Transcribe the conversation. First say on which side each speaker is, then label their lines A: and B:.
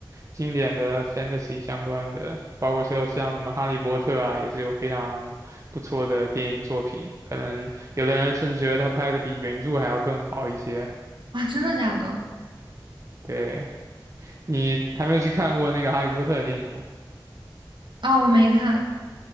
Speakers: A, on the right; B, on the right.
A: 经典的 fantasy 相关的，包括说像什么《哈利波特》啊，也是有非常不错的电影作品，可能有的人甚至觉得他拍的比原著还要更好一些。
B: 啊，真的假的？
A: 对，你还没有去看过那个《哈利波特》的电影吗？
B: 啊，我没看。